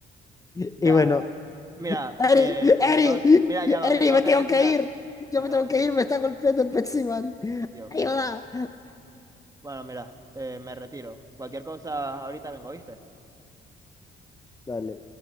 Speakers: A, on the left; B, on the right.
A: Y
B: da
A: bueno,
B: Mira,
A: Ari,
B: eh,
A: Ari,
B: me tengo, mira, ya va,
A: Ari,
B: me tengo
A: me
B: que
A: tengo
B: retirar.
A: que ir. Yo
B: Me
A: me
B: tengo
A: tengo
B: que...
A: que ir, me está golpeando el Pepsi Man.
B: Dios
A: Ayuda.
B: mío. Bueno, mira, eh, me retiro. Cualquier cosa, ahorita vengo, ¿viste?
A: Dale.